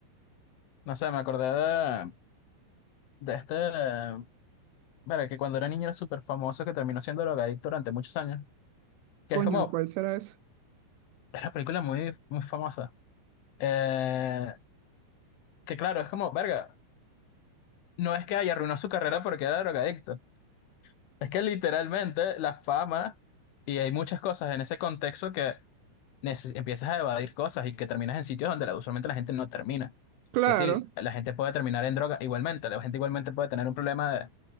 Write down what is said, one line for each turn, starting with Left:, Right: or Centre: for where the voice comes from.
Left: no sé, me acordé de, de este, verga, que cuando era niño era súper famoso, que terminó siendo drogadicto durante muchos años. Que
Right: Coño,
Left: es como,
Right: ¿cuál será eso?
Left: es una película muy, muy famosa. Eh, que claro, es como, verga, no es que haya arruinado su carrera porque era drogadicto. Es que literalmente la fama, y hay muchas cosas en ese contexto que neces- empiezas a evadir cosas y que terminas en sitios donde la- usualmente la gente no termina.
Right: Claro,
Left: Que sí, la gente puede terminar en droga igualmente, la gente igualmente puede tener un problema de,